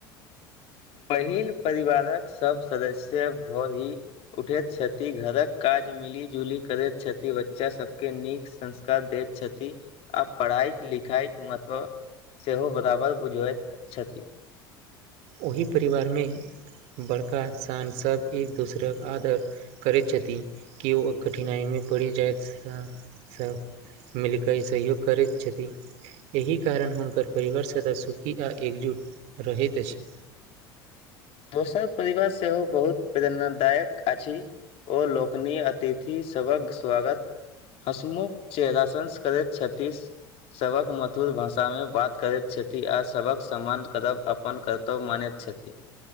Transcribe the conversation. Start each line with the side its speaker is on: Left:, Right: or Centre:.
Left: पहिल परिवारक सब सदस्य भोर ही उठैत छथि, घरक काज मिली-जुली करैत छथि, बच्चा सबके नीक संस्कार दैत छथि आ पढ़ाइक लिखाइक मत्व सेहो बराबर बुझबैत छथि।
Right: ओहि परिवारमे बड़का इन्सान सब एक दोसराक आदर करैत छथि की ओ कठिनाइमे पड़ि जाय से सब मिल के ई सहयोग करैत छथि। यहि कारण हुनकर परिवार सदा सुखी आ एकजुट रहैत अछि।
Left: दोसर परिवार सेहो बहुत प्रेरणादायक अछि। ओ लोकनीय अतिथि सबहक स्वागत हसमुख चेहरा संस करैत छत्तीस सबहक मधुर भाषा मे बात करैत छथि आ सबहक सम्मान करब अपन कर् तब मानैत छथि।